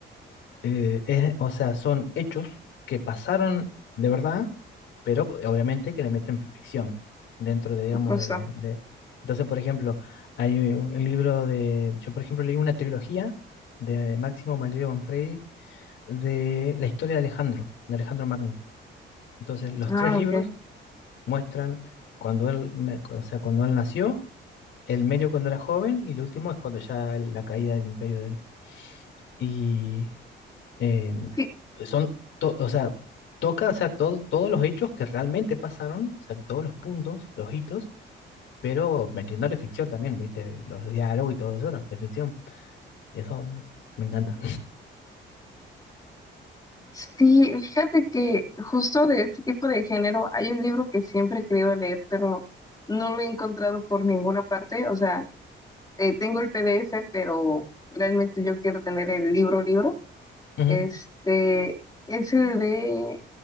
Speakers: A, on the left; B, on the left.
A: eh, es- o sea, son hechos que pasaron de verdad, pero obviamente que le meten fi- ficción dentro de, digamos,
B: Justo.
A: de la... De... Entonces, por ejemplo, hay un, un libro de... Yo, por ejemplo, leí una trilogía de Máximo Valerio Manfredi de la historia de Alejandro, de Alejandro Magno. Entonces, los
B: Ah,
A: tres libros
B: ok.
A: muestran cuando él, na- o sea, cuando él nació, el medio cuando era joven y el último es cuando ya la caída del imperio de él y eh,
B: Fí-
A: son, to- o sea, toca, o sea, todo- todos los hechos que realmente pasaron, o sea, todos los puntos, los hitos, pero metiéndole ficción también, ¿viste? Los diálogos y todo eso, ¿no? es ficción. Y eso me encanta.
B: Sí, fíjate que justo de este tipo de género hay un libro que siempre he querido leer, pero no lo he encontrado por ninguna parte. O sea, eh, tengo el PDF, pero realmente yo quiero tener el libro, libro.
A: Ujú.
B: Este, ese de